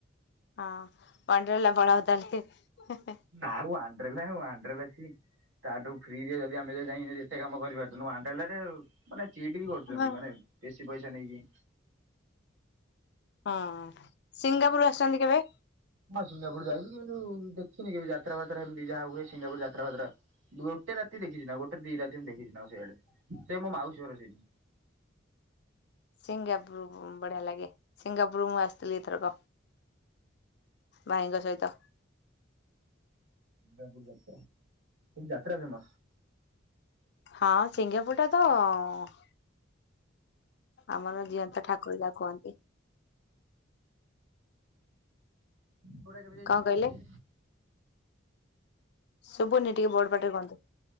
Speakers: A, on the left; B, on the right.
A: ହଁ ୱାଣ୍ଡରଲା ପଳାଅ ତାହାଲେ।
B: ନା ୱାଣ୍ଡରଲା, ୱାଣ୍ଡରଲା କିଏ? ତା ଠୁ ଫ୍ରିରେ ଯଦି ଆମେ ତ ଯାଇକି ଯଦି ଏତେ କାମ କରିପାରୁଚୁ ୱାଣ୍ଡରଲାରେ ମାନେ ଚିଟ୍ ବି କରୁଛନ୍ତି
A: ହଁ
B: ମାନେ ବେଶି ପଇସା ନେଇକି।
A: ହଁ। ସିଙ୍ଗାପୁର ଆସିଛନ୍ତି କେବେ?
B: ହଁ ସିଙ୍ଗାପୁର ଯାଇଛି। କିନ୍ତୁ ଦେଖିନି କେବେ ଯାତ୍ରା ପାତ୍ରା ଏମିତି ଯାହା ହୁଏ ସିଙ୍ଗାପୁର ଯାତ୍ରା ପାତ୍ରା। ଗୋଟେ ରାତି ଦେଖିଚି ନା ଗୋଟେ ଦି ରାତି ଏମିତି ଦେଖିଚି ନା ସେଇଆଡ଼େ ସେ ମୋ ମାଉସୀର ସେଇଠି।
A: ସିଙ୍ଗାପୁର ବଢ଼ିଆ ଲାଗେ। ସିଙ୍ଗାପୁର ମୁଁ ଆସିଥିଲି ଏଥରକ। ଭାଇଙ୍କ ସହିତ।
B: ସିଙ୍ଗାପୁର ଯାତ୍ରା ସେଠି ଯାତ୍ରା ଫେମସ।
A: ହଁ ସିଙ୍ଗାପୁର ଟା ତ ଆମର ଜିଅନ୍ତା ଠାକୁର ଯାହକୁ କହନ୍ତି।
B: <unintelligible> କେବେ ଯାଇଚନ୍ତି?
A: କଣ କହିଲେ ଶୁଭୁନି, ଟିକେ ବଡ ପାଟିରେ କୁହନ୍ତୁ।